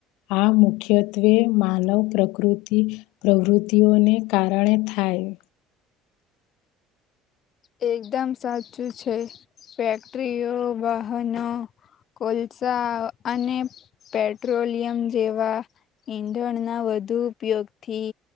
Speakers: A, on the left; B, on the left.
A: આ મુખ્યત્વે માનવ પ્રકૃતિ પ્રવૃતિ તે ઓને કારણે થાય.
B: તે એકદમ સાચું છે ફેક્ટરીઓ વાહનો કોલસા ઓ અને પેટ્રોલિયમ જેવા ઈંધણના વધુ ઉપયોગથી